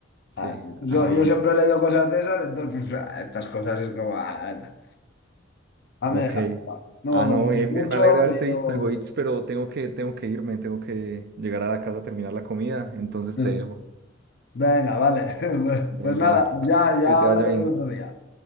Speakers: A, on the right; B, on the left.
A: Sí,
B: Ah, Yo,
A: ah, bien.
B: yo siempre he leído cosas de esas, entonces pues, ah, estas cosas es como, a la venga, dame
A: Ok.
B: dejarme en paz. No
A: Ah,
B: me
A: no,
B: molestéis
A: bien,
B: mucho,
A: bien, me alegra
B: que
A: haberte
B: yo...
A: visto, Egoitz, pero tengo que, tengo que irme, tengo que llegar a la casa a terminar la comida, entonces
B: Mm,
A: te dejo.
B: Venga, vale. <laughs> Pues,
A: Venga,
B: pues nada, pues
A: <laughs>
B: ya, ya
A: que te
B: hablaremos
A: vaya bien.
B: otro día.